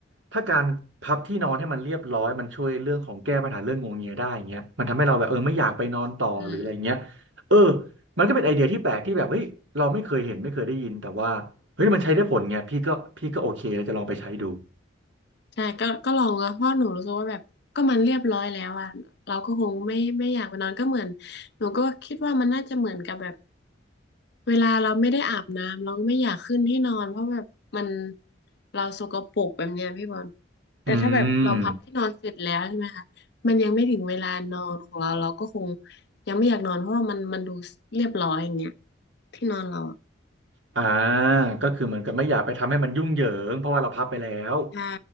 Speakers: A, on the right; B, on the left.
A: ถ้าการพับที่นอนให้มันเรียบร้อยมันช่วยเรื่องของแก้ปัญหาเรื่องงวงเงียได้อย่างเงี้ยมันทำให้เราแบบเออไม่อยากไปนอนต่อหรืออะไรเงี้ย
B: ืม
A: เออมันก็เป็นไอเดียที่แปลกที่แบบเฮ้ยเราไม่เคยเห็นไม่เคยได้ยินแต่ว่าเฮ้ยมันใช้ได้ผลไงพี่ก็พี่ก็โอเคแล้วจะลองไปใช้ดู
B: ใช่ก็ก็ลองนะเพราะหนูรู้สึกว่าแบบก็มันเรียบร้อยแล้วอ่ะเราก็คงไม่ไม่อยากไปนอนก็เหมือนหนูก็คิดว่ามันน่าจะเหมือนกับแบบเวลาเราไม่ได้อาบน้ำเราก็ไม่อยากขึ้นที่นอนเพราะแบบมันเราสกปรกแบบเนี้ยพี่บอลแต่ถ้าแบบเราพับที่นอนเสร็จแล้วใช่ไหมคะมันยังไม่ถึงเวลานอนของเราเราก็คง
A: อืม
B: ยังไม่อยากนอนเพราะว่ามันมันดูเรียบร้อยอย่างเงี้ยที่นอนเราอะ
A: อ่าก็คือเหมือนกับไม่อยากไปทำให้มันยุ่งเหยิงเพราะว่าเราพับไปแล้ว
B: ใช่